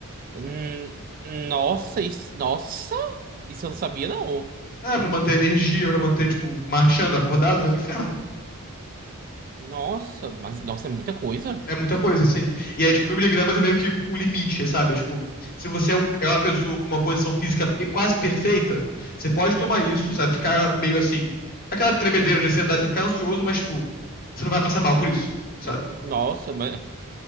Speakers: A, on the right; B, on the left.
A: Hum, nossa, isso... Nossa! Isso eu não sabia, não.
B: É, pra manter energia, pra manter, tipo, marchando, acordado, né? É um inferno.
A: Nossa, mas... Nossa, é muita coisa.
B: É muita coisa, assim. E aí, tipo, mil miligramas é meio que o limite, sabe? É, tipo, se você é, um- é uma pessoa com uma condição física pe- quase perfeita, você pode tomar isso, sabe? Ficar meio assim. Aquela tremedeira de ansiedade, você ficar ansioso, mas, tipo, você não vai passar mal por isso, sabe?
A: Nossa, mas...